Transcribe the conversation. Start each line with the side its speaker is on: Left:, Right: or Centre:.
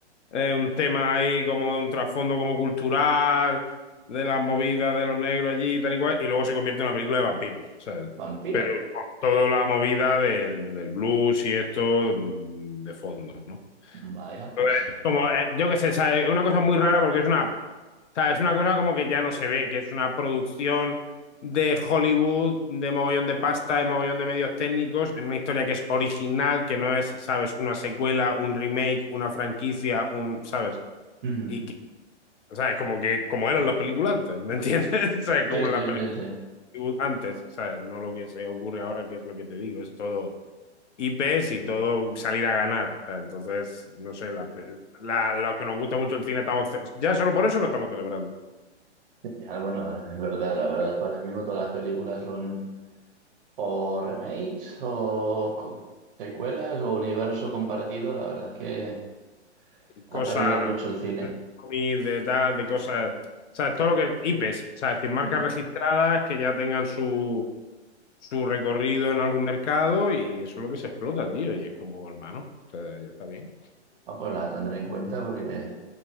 Left: eh, un tema ahí, como un trasfondo como cultural, de las movidas de los negros allí y tal y cual, y luego se convierte en una película de vampiros, ¿sabes?
Right: Vampiro.
Left: Pero con toda la movida del, del blues y esto mm, de fondo, ¿no?
Right: Vaya, pues.
Left: Entonces, Como, eh, yo qué sé, ¿sabes? Es una cosa muy rara porque es una O sea, es una cosa como que ya no se ve, que es una producción de Hollywood, de mogollón de pasta, de mogollón de medios técnicos, en una historia que es original, que no es, ¿sabes? Una secuela, un remake, una franquicia, un, ¿sabes?
Right: Ujú.
Left: Y, que- ¿sabes? Como que, como eran las películas antes, ¿me entiendes? <laughs> ¿Sabes? Como
Right: Sí, sí,
Left: las películas
Right: sí, sí.
Left: antes, ¿sabes? No lo que se ocurre ahora, que es lo que te digo, es todo IPs y todo salir a ganar, ¿sabes? Entonces, no sé, la, la, lo que nos gusta mucho el cine, estamos, ce- ya solo por eso lo estamos celebrando.
Right: Ya, bueno, es verdad, la verdad es que ahora mismo todas las películas son o remakes o co- secuelas o universo compartido. La verdad es que ha
Left: Cosa
Right: perdido mucho el cine.
Left: de cómics, de tal, de cosas. O sea, todo lo que. IPs, o sea, es decir, marcas
Right: Ujú.
Left: registradas que ya tengan su, su recorrido en algún mercado y eso es lo que se explota, tío. Y es como, hermano, o sea, ya está bien.
Right: Ah, pues la tendré en cuenta porque